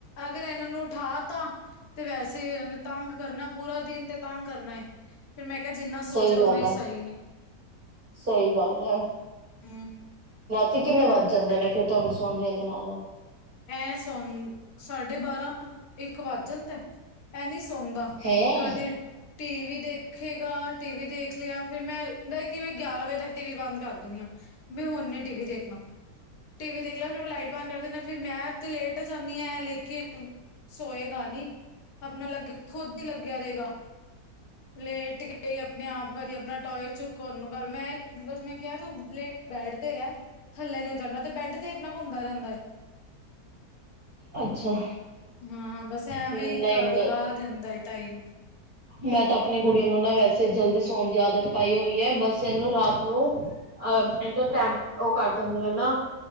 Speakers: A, on the left; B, on the right.
A: ਅਗਰ ਇਹਨਾਂ ਨੂੰ ਉਠਾ ਤਾ। ਤੇ ਵੈਸੇ ਇਹਨਾਂ ਨੇ ਤੰਗ ਕਰਨਾ। ਪੂਰਾ ਦਿਨ ਤੇ ਤੰਗ ਕਰਨਾ। ਤੇ ਜਿੰਨਾ
B: ਸਹੀ
A: ਸੋਚੇ ਓਨਾ
B: ਗੱਲ
A: ਹੀ ਸਹੀ ਹੈ।
B: ਸਹੀ ਗੱਲ ਹੈ।
A: ਹੂੰ।
B: ਤੇ ਕਿੰਨੇ ਵੱਜ ਜਾਂਦੇ ਨੇ ਫਿਰ ਤੁਹਾਨੂੰ ਸੌਦੇ ਇਹਦੇ ਨਾਲ
A: ਐ ਸੌ ਸਾਢੇ ਬਾਰਾਂ- ਇੱਕ ਵੱਜ ਜਾਂਦਾ ਐ ਨੀ। ਸੌਦਾ
B: ਹੈਂ,
A: ਕਦੇ ਟੀ ਵੀ ਦੇਖੇਗਾ। ਟੀ ਵੀ ਦੇਖ ਲਿਆ। ਫੇਰ ਮੈਂ ਦਾ ਕਿਵੇਂ ਗਿਆਰਾਂ ਵਜੇ ਤੱਕ ਟੀ ਵੀ ਬੰਦ ਕਰ ਦੇਣੀ ਆ। ਮ ਹੁਣ ਨ ਟੀ ਵੀ ਦੇਖਣਾ। ਟੀ ਵੀ ਦੇਖ ਲਿਆ, ਫਿਰ ਮੈਂ ਲਾਈਟ ਬੰਦ ਕਰ ਦੇਂਦੇ ਹਾਂ। ਫਿਰ ਮੈਂ ਤੇ ਲੇਟ ਜਾਂਦੀ ਹਾਂ। ਲੇਕਿਨ ਸੋਏਗਾ ਨੀ ਆਪਣਾ ਲੱਗੇ। ਖੁਦ ਹੀ ਲੱਗਿਆ ਰਹੇਗਾ। ਲੇਟ ਕੇ ਆਪਣੇ- ਆਪ ਵ ਆਪਣਾ ਟੋਟ ਚੁੱਕ ਮੈਂ ਬਸ ਮੈਂ ਕਿਹਾ, ਤੂੰਹ ਬੇਡ ਤੇ ਰਹਿ ਥੱਲੇ ਨੀ ਉ ਤੇ ਬੈੱਡ ਤੇ ਆਪਣਾ ਘੁੰਮਦਾ ਰਹਿੰਦਾ ਏ।
B: ਅੱਛਾ।
A: ਹਾਂ ਬਸ ਐਵੇਂ
B: ਨਹੀਂ-
A: ਹੀ ਕਰ
B: ਨਹੀ-
A: ਲਗਾ ਦਿੰਦਾ ਏ ਟਾਈਮ
B: ਮੈਂ ਤਾਂ ਆਪਣੀ ਕੁੜੀਆਂ ਨੂੰ ਨਾ ਵੈਸੇ ਜਲਦੀ ਸੋਣ ਦੀ ਆਦਤ ਪਾਈ ਹੋਈ ਹੈ। ਬਸ ਇਹਨੂੰ ਰਾਤ ਨੂੰ ਅਹ ਇਹਨ ਤੋਂ ਟੈਮ ਉਹ ਕਰ ਦਿੰਦੀ ਆ ਨਾ